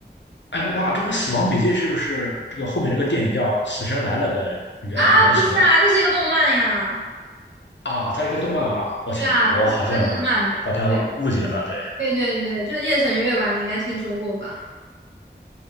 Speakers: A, on the left (about 80°); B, on the right (about 85°).
A: 哎，哇，这个《死亡笔记》是不是这个后面这个电影叫《死神来了》的原原型呀？
B: 啊！不是啊，这是一个动漫呀，
A: 啊，它是一个动漫吧啊，抱歉，
B: 对啊，
A: 我好像
B: 这是一个日漫。
A: 把它误解了。
B: 对。
A: 对，
B: 对对对，就是夜神月吧，你应该听说过吧？